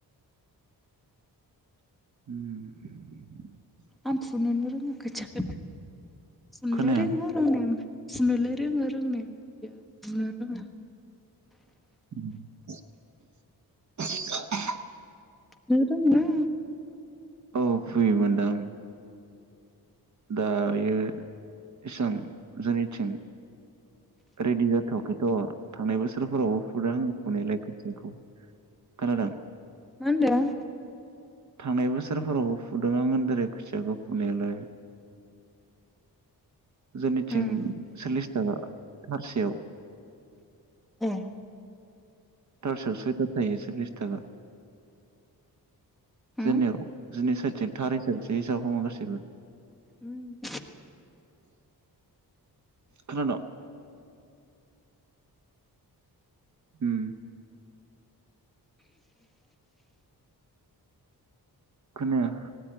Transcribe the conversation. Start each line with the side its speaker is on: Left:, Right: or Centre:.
Right: उम
Centre: आं फुनोनो रोङा खोथिखोनो फुनोलाय
Right: खोनाया
Centre: रोङो रोंनाया ओमफाय फुनोलै रोङो रोंनाया बुनो रोङा
Right: ओम
Centre: नों रोङो?
Right: अ फुयोमोनदां दायो इसां जोंनिथिं रेडि जाथवाखैथ थांनाय बोसोरफोरावबो फुदों फुनायालाय खोथियाखौ खोनादों?
Centre: मा होनदों?
Right: थांनाय बोसोरफोरावबो फुदों आं होनदों रे खोथियाखौ फुनायालाय जोंनिथिं
Centre: उम
Right: सल्लिस थाखा थारसेयाव।
Centre: ए
Right: थारसेयावबो आटा थायो सलिस थाखा
Centre: उम
Right: जोंनियाव जोंनि सैथिं थार हिसाब हमो गासैबो
Centre: उम
Right: खोनादों उम खोनाया